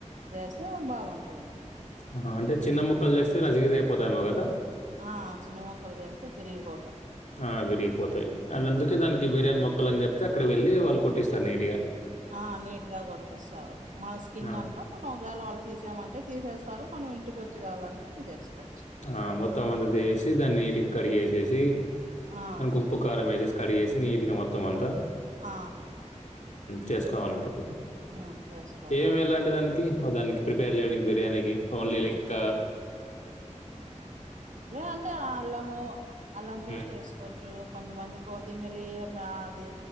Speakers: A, on the right (about 80°); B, on the left (about 75°).
A: చేస్తే బాగుంటుంది
B: ఆ అంటే చిన్న ముక్కలు చేస్తే నజగది అయిపోతాయమో కదా
A: ఆ చిన్న మొక్కలు చేస్తే తిరిగిపోతు
B: ఆ విరిగిపోతాయి అండ్ అందుకే
A: మ్మ్
B: దానికి బిర్యానీ మొక్కలుని చెప్ప అతే అక్కడ వెళ్ళలి వాళ్ళు కొట్టిస్తారు నీట్గా
A: ఆ నీట్గా కొట్టిస్తారు మన స్కిన్
B: ఆ!
A: అంతా మనం ఒకగాేల వాళ్ళు తీసామంటే తీసేస్తారు మనం ఇంటికి వచ్చి కావాలంటే తీ చేసుకోవచ్చు
B: ఆ మొత్తంమదది సిధని ఇంటికి కడి చేసేసి
A: ఆ
B: అనకు ఉప్పు కారం వ స్ కడి చేసి నీటిగా మొత్తం అంతా
A: ఆ
B: చేసుకోవాలంటారు
A: హ్మ్ చేసుకోవాలం
B: ఏమి వెళండి దానికి దానికి ప్రిపేర్ చేయండిడానికి బిర్యానీకి ఓన్లీలిక్క
A: అయితే ఇవే అంటే అల్లము అల్లంస్ట్
B: హ్మ్.
A: వేసుకోవచ్చు కొంతమందికి పోది మీరి మాది